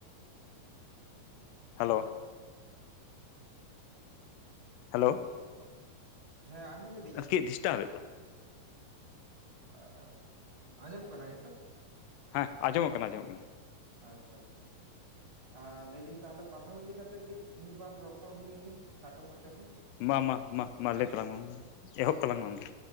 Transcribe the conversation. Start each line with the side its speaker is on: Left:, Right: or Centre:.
Left: ᱦᱮᱞᱳ ᱦᱮᱞᱳ
Right: <unintelligible>
Left: ᱠᱮᱡ ᱰᱤᱥᱴᱵᱟᱮᱫ <unintelligible> ᱦᱚᱸ
Right: ᱚᱸ ᱟᱸᱡᱚᱢᱚᱜ ᱠᱟᱱᱟ ᱱᱤᱛᱚᱜ?
Left: ᱦᱮᱸ ᱟᱸᱡᱚᱢᱚᱜ ᱠᱟᱱᱟ ᱟᱸᱡᱚᱢᱚᱜ ᱠᱟᱱᱟ ᱾
Right: ᱟᱪᱪᱷᱟ ᱟᱪᱪᱷᱟ ᱟᱨ ᱞᱟᱹᱭᱫᱟᱹᱧ ᱛᱟᱦᱚᱞᱮ ᱯᱟᱛᱷᱟᱢ ᱤᱫᱤ ᱠᱟᱛᱮᱜ ᱠᱟᱹᱡ ᱢᱤᱫ ᱵᱟᱨ ᱨᱚᱯᱚᱲ ᱦᱩᱭ ᱞᱮᱱᱜᱮ ᱠᱷᱟᱴᱚ ᱢᱚᱪᱟᱛᱮ
Left: ᱢᱟ ᱢᱟ ᱢᱟ ᱢᱟ ᱞᱟᱹᱭ ᱛᱟᱞᱟᱝ ᱢᱮ ᱢᱟ ᱮᱦᱚᱵ ᱛᱟᱞᱟᱝ ᱢᱮ ᱟᱢ ᱜᱮ